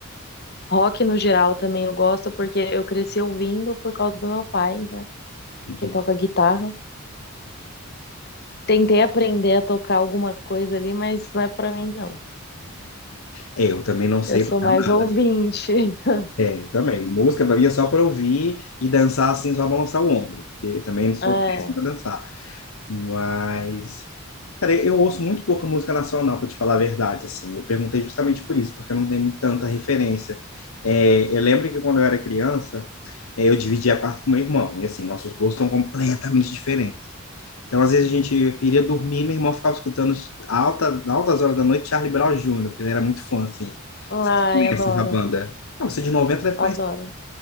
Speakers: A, on the left; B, on the left.
A: Rock no geral também eu gosto, porque eu cresci ouvindo por causa do meu pai, né?
B: Uhum.
A: Que ele toca guitarra. Tentei aprender a tocar alguma coisa ali, mas não é pra mim, não.
B: É, eu também não sei
A: Eu sou
B: tocar
A: mais
B: nada.
A: ouvinte. <laughs>
B: É, eu também. Música pra mim é só pra ouvir e dançar assim, só balançar o ombro, porque também não sou
A: É.
B: péssimo pra dançar. Mas, cara, eu ouço muito pouca música nacional, pra te falar a verdade, assim. Eu perguntei justamente por isso, porque eu não tenho tanta referência. É, eu lembro que quando eu era criança, é, eu dividia quarto com meu irmão, e assim, nossos gostos são completamente diferentes. Então, às vezes a gente queria dormir, meu irmão ficava escutando alta, altas horas da noite Charlie Brown Jr., porque ele era muito fã, assim.
A: Ai,
B: Você conhece
A: adoro.
B: essa banda? Não, você é de noventa deve
A: Adoro.